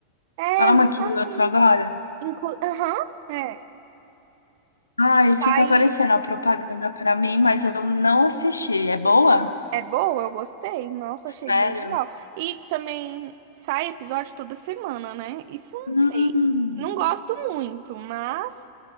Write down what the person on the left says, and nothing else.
É uma
que lançou agora?
Ai, fica
aparecendo a propaganda pra mim, mas eu não assisti. É boa?
Sério?
Hum.